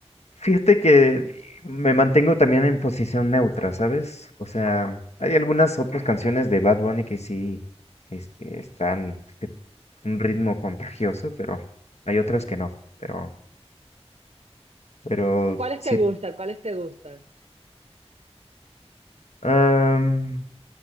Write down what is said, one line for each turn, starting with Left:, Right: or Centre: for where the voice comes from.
Left: Fíjate que me mantengo también en posición neutra, ¿sabes? O sea, hay algunas otras canciones de Bad Bunny que sí este, están eh, un ritmo contagioso, pero hay otras que no. Pero, pero
Right: ¿Cuáles
Left: sí.
Right: te gustan? ¿Cuáles te gustan?
Left: am,